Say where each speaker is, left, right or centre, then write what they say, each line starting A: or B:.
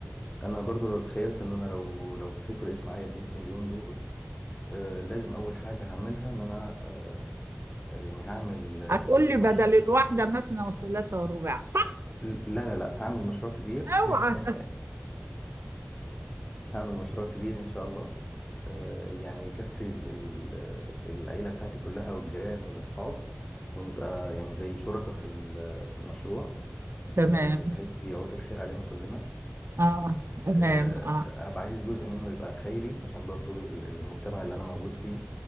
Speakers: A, on the left (about 20°); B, on the right (about 80°).
A: أنا برضو لو تخيلت إن أنا لو لو صحيت ولقيت معايا ال 100 مليون دول آه، لازم اول حاجه هعملها ان انا آه، آه، يعني هعمل آه،
B: هتقول لي
A: مش
B: بدل الواحدة مثنى وثلاثة ورباع صح
A: لا لا لا هعمل مشروع كبير <laughs>
B: اوعى
A: هعمل مشروع كبير ان شاء الله آه، يعني يكفي ال- ال- العيله بتاعتي كلها والجيران والاصحاب ونبقى يعني زي شركاء في ال- في المشروع
B: تمام
A: آه، بحيث يعود الخير علينا كلنا
B: اه تمام
A: آه،
B: اه
A: هبقى عايز جزء منه يبقى خيري عشان برضو ال- المجتمع اللي انا موجود فيه